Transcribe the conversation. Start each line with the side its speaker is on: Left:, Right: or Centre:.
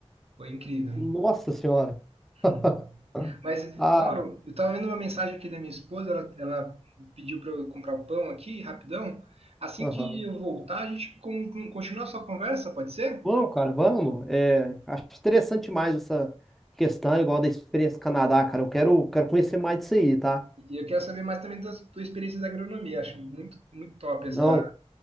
Right: Foi incrível.
Centre: Nossa senhora.
Right: <laughs>
Centre: <laughs>
Right: Mas,
Centre: Ah,
Right: Lauro, eu tava vendo uma mensagem aqui da minha esposa, ela, ela pediu para eu comprar o pão aqui, rapidão. Assim
Centre: aham.
Right: que eu voltar, a gente con- con- continua a sua conversa, pode ser?
Centre: Vamos, cara, vamos. É, acho interessante mais essa questão, igual da experiência do Canadá, cara. Eu quero, quero conhecer mais disso aí, tá?
Right: E eu quero saber mais também da tua experiência da agronomia. Acho muito, muito top
Centre: Não,
Right: essa,